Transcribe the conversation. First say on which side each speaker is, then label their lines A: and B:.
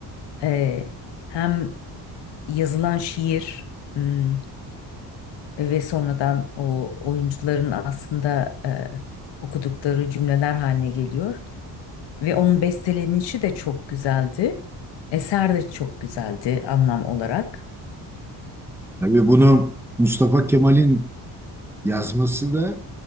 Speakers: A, on the left; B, in the centre.
A: e, hem yazılan şiir hmm, ve sonradan o oyuncuların aslında e, okudukları cümleler haline geliyor. Ve onun bestelenişi de çok güzeldi. Eser de çok güzeldi anlam olarak.
B: Tabii bunu Mustafa Kemal'in Yazması da